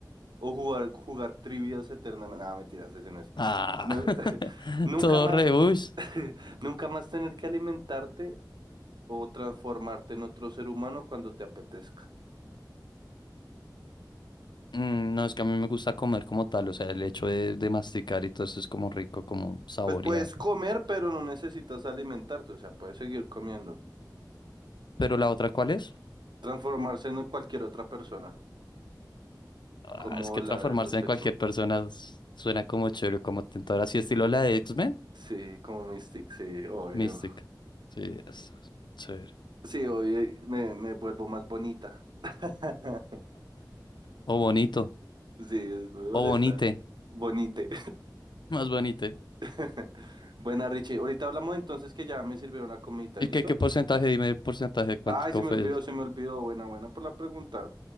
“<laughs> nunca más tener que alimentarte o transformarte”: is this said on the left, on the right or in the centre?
Right